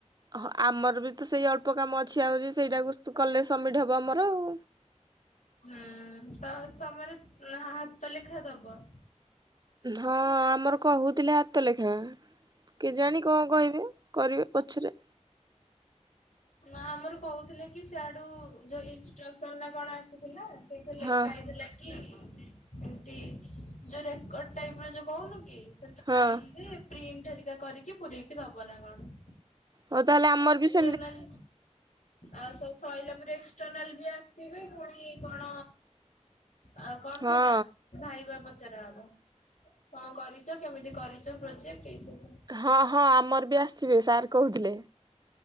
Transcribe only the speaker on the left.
ହୁଁ ତ ତମର ହାତ ଲେଖା ଦବ।
ନା ଆମର କହୁଥିଲେ କି ସିଆଡୁ ଯୋଉ ଇନଷ୍ଟ୍ରକ୍ସନ ନା କଣ ଆସିଥିଲା ସେଇଥିରେ ଲେଖା
ହେଇଥିଲା କି ଏମତି ଯୋଉ ରେକର୍ଡ ଟାଇପର ଯୋଉ କହୁନୁ କି ସେମିତି
ଫାଇଲରେ ପ୍ରିଣ୍ଟ ହେରିକା କରିକି ପୁରେଇକି ଦବ ନା କଣ।
ଇଣ୍ଟରନାଲ ଆଉ ସବୁ ସରିଲା ପରେ ଏକ୍ସର୍ଟନାଲ ବି ଆସିବେ ପୁଣି କଣ ଆଉ କଣ
ସେଇଟା ଭାଇବା ପ ପଚରା ହବ କଣ କରିଚ କେମିତି କରିଚ ପ୍ରୋଜେକ୍ଟ ଏଇସବୁ